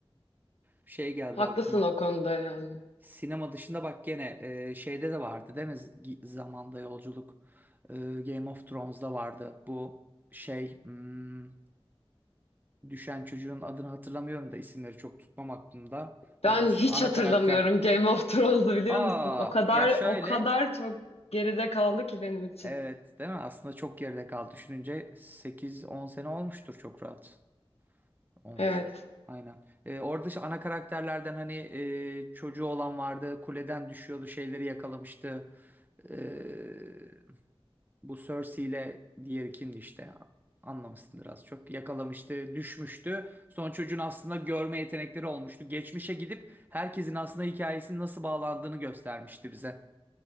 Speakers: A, on the right (about 20°); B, on the left (about 85°).
A: şey geldi
B: Haklısın
A: aklıma
B: o konuda yani.
A: sinema dışında bak gene e, şeyde de vardı değil mi Z- zamanda yolculuk E, Game of Thrones'da vardı bu şey hmm, düşen çocuğun adını hatırlamıyorum da isimleri çok tutmam aklımda.
B: Ben
A: Hani aslında
B: hiç
A: ana
B: hatırlamıyorum
A: karakter.
B: Game of Thrones'u biliyor
A: Aa
B: musun? O kadar
A: ya şöyle
B: o kadar çok geride kaldı ki benim için.
A: evet değil mi? Aslında çok geride kaldı. Düşününce sekiz on sene olmuştur çok rahat. Olmuştur.
B: Evet.
A: Aynen. Ee, orada şu ana karakterlerden hani e, çocuğu olan vardı. Kuleden düşüyordu. Şeyleri yakalamıştı. Ee, Bu Cersei ile diğeri kimdi işte anlamışsındır az çok. Yakalamıştı, düşmüştü. Son çocuğun aslında görme yetenekleri olmuştu. Geçmişe gidip herkesin aslında hikayesinin nasıl bağlandığını göstermişti bize.